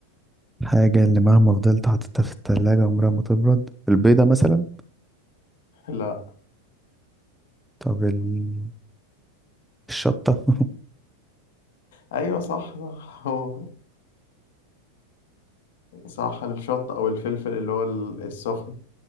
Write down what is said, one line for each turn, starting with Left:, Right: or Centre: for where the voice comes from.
Centre: الحاجة اللي مهما فضلت حاططها في التلاجة عمرها ما تبرد البيضة مثلا
Left: <laughs> لا
Centre: طب ال... الشطة <laughs>
Left: ايوه صح صح هو صح الشط او الفلفل اللي هو ال- السخن